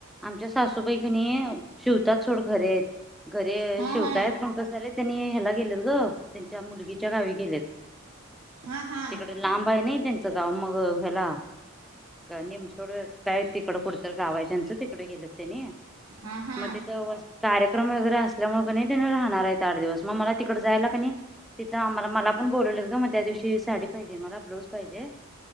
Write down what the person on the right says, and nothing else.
हा
हा
हा हा
हा हा